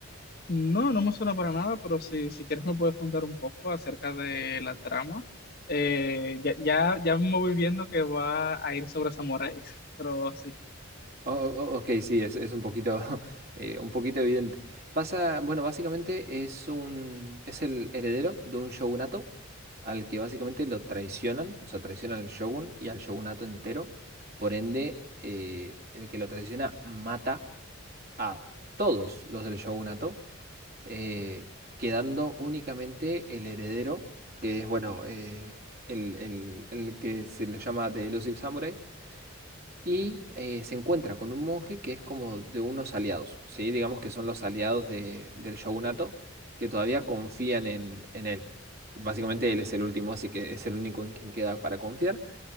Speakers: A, on the left (about 45°); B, on the right (about 45°).
A: No, no me suena para nada, pero si, si quieres me puedes contar un poco acerca de la trama. Eh, ya, ya, ya me voy viendo que va a ir sobre samuráis, pero sí.
B: O- o- ok, sí, es, es un poquito, <laughs> eh, un poquito evidente. Pasa, bueno, básicamente es un, es el heredero de un shogunato al que básicamente lo traicionan, o sea, traicionan al shogun y al shogunato entero. Por ende, eh, el que lo traiciona mata a todos los del shogunato, eh, quedando únicamente el heredero, que es, bueno, eh, el, el- el que se lo llama The Elusive Samurai y eh, se encuentra con un monje que es como de unos aliados, ¿sí? Digamos que son los aliados de- del shogunato que todavía confían en, en él. Básicamente él es el último, así que es el único en quien queda para confiar.